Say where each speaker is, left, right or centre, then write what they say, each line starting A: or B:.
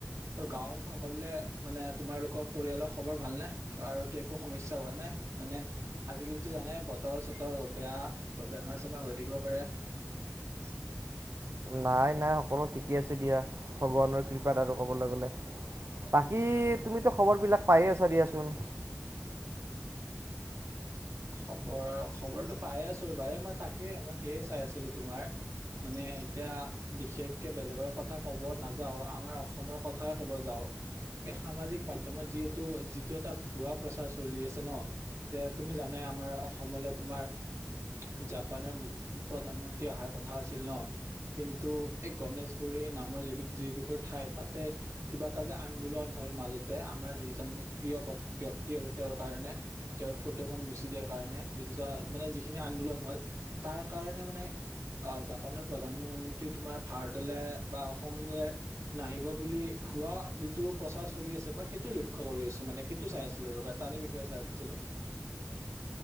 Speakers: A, on the right; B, on the right.
A: ত' গাঁৱত সকলোলে মানে তোমাৰলোকৰ পৰিয়ালৰ খবৰ ভাল নে? আৰুটো একো সমস্যা হোৱা নাই? মানে আজিকালিতো জানায়ে বতৰ-চতৰ বেয়া ত' বেমাৰ-চেমাৰ হৈ থাকিব পাৰে। <unintelligible>
B: নাই নাই সকলো ঠিকেই আছে দিয়া ভগৱানৰ কৃপাত আৰু ক'বলৈ গ'লে। বাকী তুমিতো খবৰ বিলাক পায়ে আছা দিয়াচোন।
A: <inaudible> খবৰ খবৰটো পাইয়ে আছো ৰ'বা মই তাকে মই সেয়ে চাই আছিলো তোমাৰ মানে এতিয়া বিশেষকে বেলেগৰ কথা ক'ব নাযাওঁ আমাৰ অসমৰ কথাই ক'ব যাওঁ এই সামাজিক মাধ্যমত যিহেতু যিটো এটা ভুৱা প্ৰচাৰ চলি আছে ন দে তুমি জানে আমাৰ অসমলৈ তোমাৰ জাপানৰ প্ৰধানমন্ত্ৰী অহাৰ কথা আছিল ন' কিন্তু এই গণেশগুৰি নামৰ যি যিডোখৰ ঠাই তাতে কিবা এটা যে আন্দোলন হ'ল মাজতে আমাৰ যিজন প্ৰিয় ব্য ব্যক্তি আৰু তেওঁৰ কাৰণে তেওঁৰ ফটোখন মুছিদিয়াৰ কাৰণে <unintelligible> মানে যিখিনি আন্দোলন হ'ল তাৰ কাৰণে মানে জাপানৰ প্ৰধানমন্ত্ৰী তোমাৰ ভাৰতলৈ বা অসমলৈ নাহিব বুলি ভুৱা যিটো প্ৰচাৰ চলি আছে মই সেইটো লক্ষ্য কৰি আছো মানে সেইটো চাই আছিলো ৰ'বা তাৰে বিষয়ে চাই আছিলো। <inaudible>